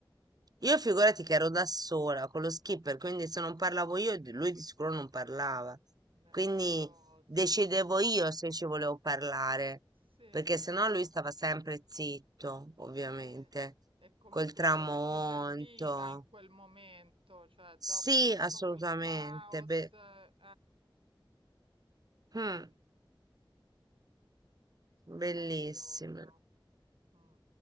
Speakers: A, on the right (about 50°); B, on the right (about 90°).
A: Io figurati che ero da sola con lo skipper, quindi se non parlavo io, di- lui di sicuro non parlava.
B: meraviglioso.
A: Quindi decidevo io se ci volevo parlare,
B: Sì,
A: perché sennò lui stava sempre zitto, ovviamente,
B: sì. E comunque
A: col tramonto.
B: quello che ti serviva in quel momento, cioè dopo
A: Sì,
B: tutto
A: assolutamente.
B: quel caos,
A: be-
B: eh,
A: mm, bellissimo.
B: meraviglioso. Mm.